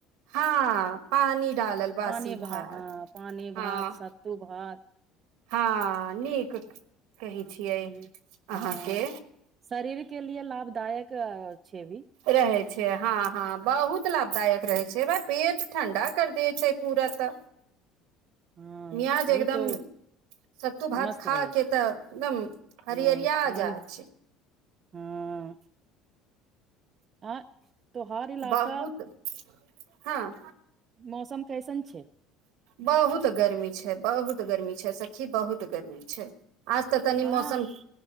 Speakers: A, on the right; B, on the right.
A: हँ पानी डालल बासी
B: पानी
A: भात
B: हँ पानी
A: हँ।
B: भात सत्तू भात
A: हँ नीक। कहै छियै
B: ह हँ
A: अहाँके
B: शरीर के लि लाभ। दायक। छेबी।
A: रहै छै हा। हँ बहुत लाभदायक। रहै छै बा पेट ठण्डा कर दै छै पूरा त।
B: हँ
A: मियाज
B: ओ
A: एकदम
B: तो
A: सत्तू भात
B: मस्त
A: खा
B: रहे
A: क त एकदम हरिअरिया
B: ह मन
A: जाछ।
B: हँ आ। तोहार इलाका।
A: बहुत हँ।
B: मौसम कैसन छै।
A: बहुत गर्मी छै बहुत गर्मी छै। सखी बहुत गरमी छै आज त कनी
B: हँ
A: मौसम।